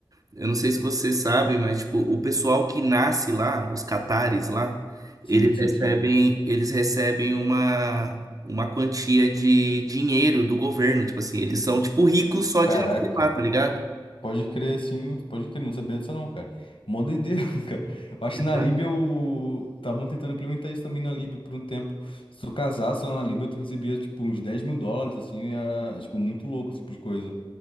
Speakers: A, on the right; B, on the left.
A: eu não sei se você sabe, mas tipo, o pessoal que nasce lá, os catares lá, eles
B: Sim, sim,
A: recebem,
B: sim.
A: eles recebem uma uma quantia de dinheiro do governo, tipo assim, eles são tipo ricos só
B: Caraca.
A: de nascer lá, tá ligado?
B: Pode crer, sim, pode crer. Não sabia disso, não, cara. Mó doideira, <laughs> cara. Eu acho
A: Exato,
B: que na Líbia o... estavam tentando implementar isso também na Líbia por um tempo. Se tu casasse lá na Líbia, tu recebia, tipo, uns dez mil dólares, assim, e era, tipo, muito louco esse tipo de coisa.